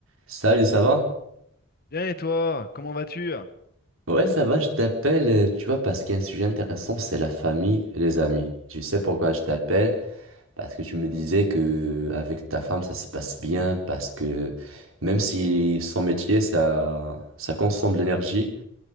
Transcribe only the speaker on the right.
Salut, ça va?
Ouais, ça va, je t'appelle, euh, tu vois, parce qu'il y a un sujet intéressant, c'est la famille et les amis. Je sais pourquoi je t'appelle, parce que tu me disais que avec ta femme, ça se passe bien, parce que même si son métier, ça, ça consomme de l'énergie,